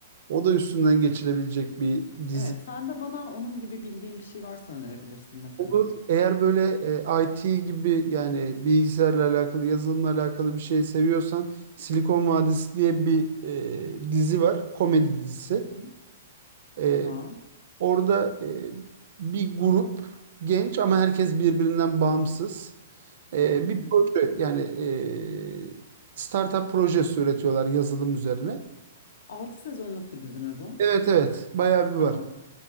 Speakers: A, on the right; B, on the left.
A: o da üstünden geçilebilecek bir dizi.
B: Evet. Sen de bana onun gibi bildiğin bir şey varsa önerebilirsin mesela.
A: Olur. Eğer böyle e, IT gibi yani bilgisayarla alakalı, yazılımla alakalı bir şey seviyorsan Silikon Vadisi diye bir e, dizi var. Komedi dizisi.
B: Hı hı.
A: E,
B: Tamam.
A: orada e, bir grup genç ama herkes birbirinden bağımsız. E,
B: Hı
A: bir
B: hı.
A: proje yani e, startup projesi üretiyorlar yazılım üzerine.
B: 6 sezonluk bir dizi mi bu?
A: Evet evet bayağı bir var.
B: Tamam.